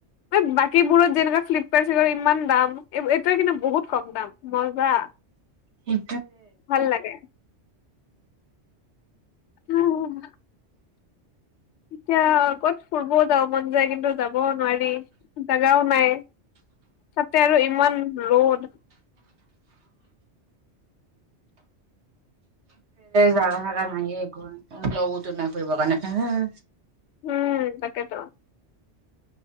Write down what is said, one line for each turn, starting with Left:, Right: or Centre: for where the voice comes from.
Left: আৰু বাকী বোৰত যেনেকুৱা ফ্লিপকাৰ্ট শ্লিপকাৰ্টত ইমান দাম এইটোৱে কিন্তু বহুত কম দাম মজ্জা
Right: উ'
Left: ভাল লাগে উম'। এতিয়া কৰবাত ফুৰিবও যাব মন যায় কিন্তু যাব নোৱাৰি। জাগাও নাই তাতে আৰু উমন ৰড
Right: জাগা থাগা নাই একো লগোতো নাই ফুৰিবৰ কাৰণে
Left: উম তাকেইেতো